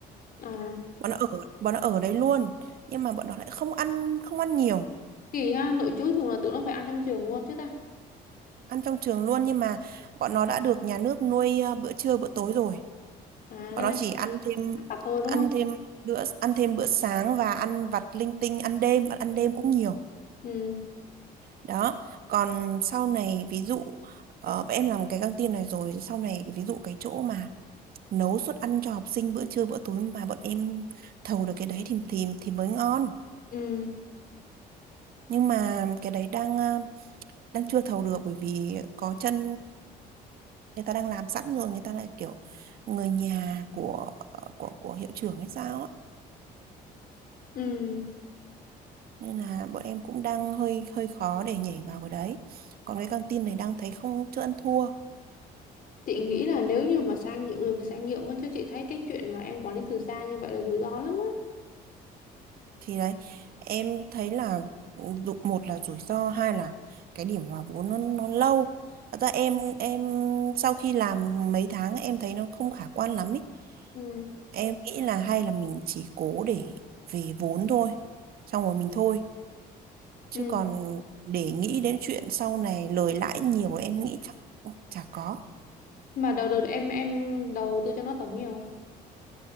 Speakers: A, on the left; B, on the right.
A: à
B: bọn nó ở bọn nó ở đấy luôn nhưng mà bọn nó lại không ăn không ăn nhiều
A: kỳ ha nội trú thường là tụi nó phải ăn trong trường luôn chứ ta
B: ăn trong trường luôn nhưng mà bọn nó đã được nhà nước nuôi ờ, bữa trưa bữa tối rồi
A: à
B: bọn
A: cái này
B: nó chỉ ăn thêm
A: vặt thôi đúng
B: ăn
A: không
B: thêm bữa ăn thêm bữa sáng và ăn vặt linh tinh ăn đêm bọn ăn đêm cũng nhiều
A: ừ
B: đó còn sau này ví dụ ờ, em làm cái căng tin này rồi sau này ví dụ cái chỗ mà nấu suất ăn cho học sinh bữa trưa bữa tối mà bọn em thầu được cái đấy thì thì thì mới ngon
A: ừ
B: nhưng mà cái đấy đang ờ, đang chưa thầu được bởi vì có chân người ta đang làm sẵn rồi người ta lại kiểu người nhà của của của hiệu trưởng hay sao á
A: ừ
B: nên là bọn em cũng đang hơi hơi khó để nhảy vào cái đấy còn cái căng tin này đang thấy không chưa ăn thua
A: Chị nghĩ là nếu như mà sang nhượng được thì sang nhượng á, chứ chị thấy cái chuyện mà em quản lý từ xa như vậy là rủi ro lắm á.
B: thì đấy em thấy là dụ- một là rủi ro hai là cái điểm hòa vốn nó nó lâu Thật ra em em sau khi làm mấy tháng em thấy nó không khả quan lắm ý
A: Ừ.
B: em nghĩ là hay là mình chỉ cố để về vốn thôi xong rồi mình thôi chứ
A: Ừ.
B: còn để nghĩ đến chuyện sau này lời lãi nhiều em nghĩ chắc chả có
A: Mà đầu đợt em em đầu tư cho nó tổng nhiều. không?